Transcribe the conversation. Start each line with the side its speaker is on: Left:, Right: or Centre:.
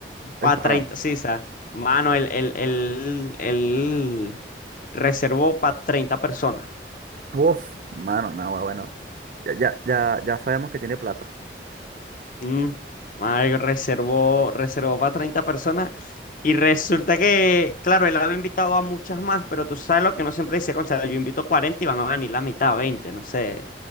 Left: para
Right: el pana.
Left: 30, sí, ¿sabes? Mano, el, el, el, el reservó para 30 personas.
Right: Uf, mano, no, bueno, bueno. Ya, ya, ya, ya sabemos que tiene plata.
Left: Mm, madre, reservó, reservó para 30 personas y resulta que, claro, él había invitado a muchas más, pero tú sabes lo que no siempre dice, concha, yo invito 40 y van a venir la mitad, 20 no sé,